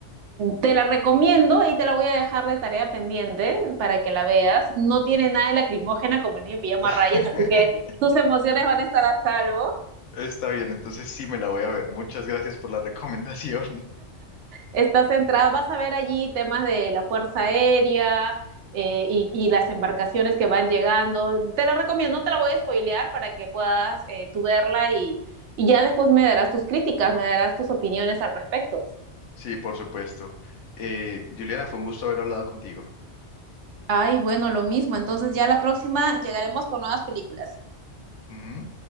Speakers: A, on the right; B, on the left.
A: te la recomiendo y te la voy a dejar de tarea pendiente para que la veas. No tiene nada de lacrimógena como el niño de pijama
B: <laughs>
A: a rayas, así que tus emociones van a estar a salvo.
B: Está bien, entonces sí me la voy a ver. Muchas gracias por la recomendación. <laughs>
A: está centrada, vas a ver allí temas de la Fuerza Aérea eh, y, y, las embarcaciones que van llegando. Te la recomiendo, no te la voy a spoilear para que puedas eh, tú verla y, y ya después me darás tus críticas, me darás tus opiniones al respecto.
B: Sí, por supuesto. Eh, Juliana, fue un gusto haber hablado contigo.
A: Ay, bueno, lo mismo. Entonces ya la próxima llegaremos con nuevas películas.
B: Ujú.